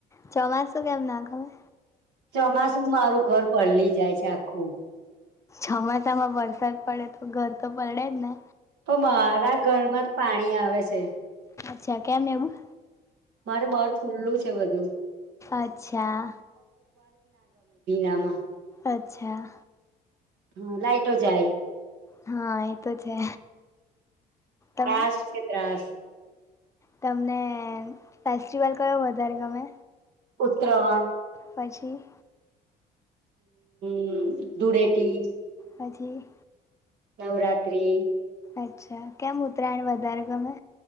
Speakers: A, on the left; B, on the right.
A: ચોમાસું કેમ નાખવે <unintelligible>
B: ચોમાસું મારું ઘર પલી જાય છે આખું
A: ચોમાસા માં વરસાદ પડે, તો ઘર તો પડે જ ને.
B: પણ મારા ઘરમાં જ પાણી આવે છે.
A: અચ્છા કેમ એવું?
B: મારે બહાર ખુલ્લું છે બધું
A: અચ્છા.
B: નામાં
A: અચ્છા.
B: હમ્મ લાઈટો જાય
A: હા એતો છે. તમ
B: ત્રાસ છે, ત્રાસ
A: તમને ફેસ્ટિવલ કયો વધારે ગમે?
B: ઉત્તરહણ
A: પછી.
B: હમ્મ ધૂળેટી.
A: હજી.
B: નવરાત્રિ
A: અચ્છા કેમ ઉતરાયણ વધારે ગમે?